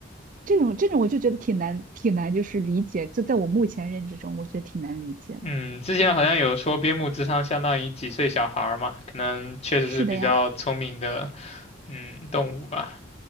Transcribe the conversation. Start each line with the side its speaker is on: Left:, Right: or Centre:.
Right: 这种这种我就觉得挺难挺难，就是理解，就在我目前认知中，我觉得挺难理解的。
Left: 嗯，之前好像有说边牧智商相当于几岁小孩儿嘛，可能确实是比较聪明的，
Right: 是的呀，
Left: 嗯，动物吧。